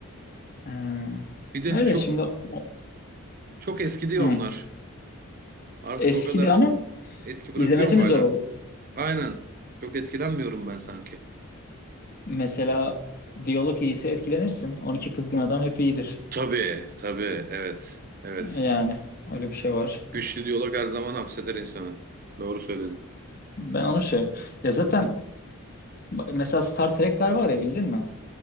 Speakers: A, on the left (about 40°); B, on the right (about 40°).
A: Ee,
B: Bir de
A: öyle
B: çok
A: şimdi o-
B: çok eski diyor
A: hı,
B: onlar. Artık
A: eskidi
B: o kadar
A: ama
B: etki bırakıyor
A: izlemesi
B: mu
A: mi
B: hala?
A: zor olur?
B: Aynen. Çok etkilenmiyorum ben sanki.
A: Mesela diyalog iyiyse etkilenirsin. on iki Kızgın Adam hep iyidir.
B: Tabii, tabii. Evet, evet.
A: Yani öyle bir şey var.
B: Güçlü diyalog her zaman hapseder insanı. Doğru söyledin.
A: Ben onu şey ya zaten Ba- Mesela Star Trek'ler var ya bildin mi?